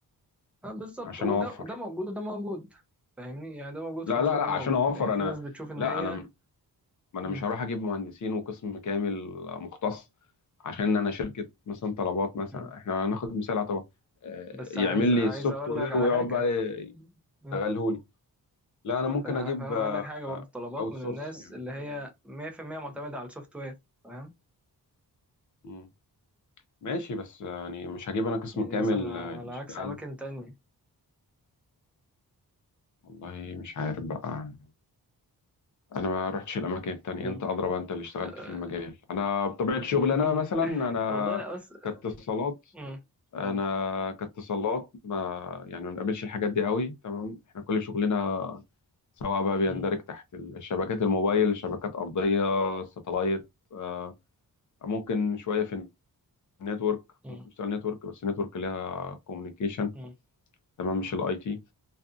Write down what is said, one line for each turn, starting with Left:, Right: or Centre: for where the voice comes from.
Centre: بالظبط
Left: عشان
Centre: وده
Left: أوفر
Centre: ده وده موجود وده موجود فاهمني يعني ده موجود
Left: لا
Centre: في مصر
Left: لا
Centre: وده
Left: لا
Centre: موجود
Left: عشان أوفر
Centre: يعني في
Left: أنا
Centre: ناس بتشوف ان
Left: لا
Centre: هي
Left: أنا ما أنا
Centre: مم.
Left: مش هروح أجيب مهندسين وقسم كامل مختص عشان أنا شركة مثلا طلبات مثلا
Centre: مم.
Left: إحنا هناخد مثال على طبعا
Centre: بس
Left: يعمل
Centre: عايز عايز
Left: لي السوفت
Centre: اقول
Left: وير
Centre: لك على
Left: ويقعد
Centre: حاجه
Left: بقى
Centre: مم.
Left: يشتغله لي لا أنا
Centre: ف-
Left: ممكن
Centre: فاهم
Left: أجيب
Centre: اقول لك حاجه برضو طلبات
Left: أوت
Centre: من
Left: سورس
Centre: الناس
Left: يعني
Centre: اللي هي 100% معتمده على السوفت وير فاهم
Left: مم. ماشي بس يعني مش هجيب أنا قسم
Centre: يعني
Left: كامل
Centre: مثلا على
Left: آه، يشتغل
Centre: عكس اماكن تانية
Left: والله مش عارف بقى انا ما رحتش الاماكن التانية
Centre: مم.
Left: انت اضرب انت اللي اشتغلت
Centre: أه،
Left: في المجال انا بطبيعة
Centre: <laughs>
Left: شغلي انا مثلا انا
Centre: والله لا بس
Left: كاتصالات
Centre: مم.
Left: انا
Centre: قول لي.
Left: كاتصالات ما يعني ما بنقابلش الحاجات دي قوي تمام احنا كل شغلنا سواء بقى بيندرج
Centre: مم.
Left: تحت الشبكات الموبايل شبكات ارضية ساتلايت آه، ممكن شوية في النتورك
Centre: مم.
Left: ممكن نشتغل نتورك بس النتورك ليها كوميونيكيشن
Centre: مم.
Left: تمام مش الاي تي